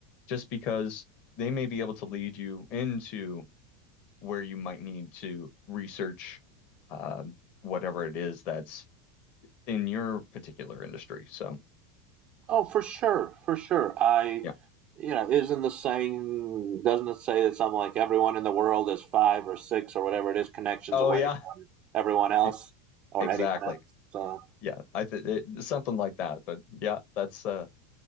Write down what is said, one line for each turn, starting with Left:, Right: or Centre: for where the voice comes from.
Left: just because they may be able to lead you into where you might need to research um, whatever it is that's in your particular industry. So,
Right: Oh, for sure, for sure. I,
Left: yeah.
Right: you know, isn't the saying, doesn't it say that something like everyone in the world is five or six or whatever it is connections
Left: Oh,
Right: away
Left: yeah.
Right: from
Left: <laughs>
Right: everyone else
Left: Yeah,
Right: or
Left: Exactly.
Right: anyone else? So,
Left: Yeah, I think something like that. But yeah, that's uh